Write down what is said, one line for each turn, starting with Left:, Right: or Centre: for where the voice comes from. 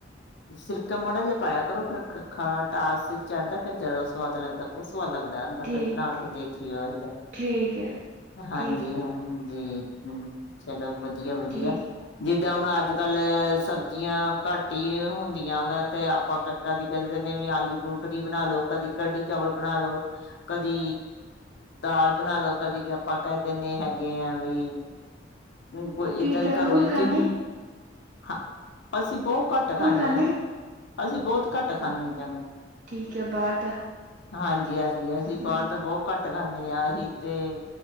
Left: ਸਿਰਕਾ ਮਾੜਾ ਜਿਹਾ ਪਾਇਆ ਕਰੋ, ਫਿਰ ਖਟਾਸ ਚ ਆਉਂਦਾ ਫਿਰ ਜ਼ਿਆਦਾ ਸਵਾਦ ਲੱਗਦਾ ਬਹੁਤ। ਸੁਆਦ ਲੱਗਦਾ ਹੁੰਦਾ,
Right: ਠੀਕ
Left: ਕਦੇ ਬਣਾ ਕੇ ਦੇਖਿਓ ਇੱਦਾਂ।
Right: ਠੀਕ ਹੈ।
Left: ਹਾਂਜੀ,
Right: ਠੀਕ ਹੈ
Left: ਹਾਂਜੀ। ਹੂੰ, ਚਲੋ ਵਧੀਆ, ਵਧੀਆ
Right: ਠੀਕ
Left: ਜਿੱਦਾਂ ਹੁਣ ਅੱਜ ਕੱਲ ਸਬ ਜੀ ਆ ਘੱਟ ਹੀ। ਹੁੰਦੀਆਂ ਵਾ ਤੇ ਆਪਾ ਕਾਕਾ ਜੀ ਨੂੰ ਕਹਿ ਦਿੰਦੇ ਵੀ ਆਲੂ ਲੂਟਰੀ ਬਣਾ ਲੋ, ਕਦੀ ਕੜੀ ਚਾਵਲ ਬਣਾ ਲੋ। ਕਦੀ ਦਾਲ ਬਣਾ ਲੋ। ਕਦੀ ਜੇ ਆਪਾਂ ਕਹਿ ਦਿੰਦੇ ਹੈਗੇ ਆ ਵੀ ਕੋਈ
Right: ਤੁਸੀਂ
Left: ਏਦਾਂ ਹੀ
Right: ਜੰਕ
Left: ਘਰੋਂ
Right: ਫੂਡ
Left: ਹੀ
Right: ਖਾਂਦੇ
Left: ਚੀਜ ਹਾਂ, ਅਸੀਂ ਬਹੁਤ ਘੱਟ ਖਾਣੇ ਆ।
Right: ਖਾਣੀ।
Left: ਅਸੀਂ ਬਹੁਤ ਘੱਟ ਖਾਣੇ ਏਦਾ ਦੀਆ
Right: ਠੀਕ ਹੈ ਬਾਹਰ ਦਾ
Left: ਹਾਂਜੀ, ਹਾਂਜੀ। ਅਸੀਂ, ਅਸੀਂ
Right: ਹੂੰ,
Left: ਬਾਹਰ ਤਾਂ ਬਹੁਤ ਘੱਟ ਖਾਂਦੇ ਹਾਂ ਅਸੀਂ ਤੇ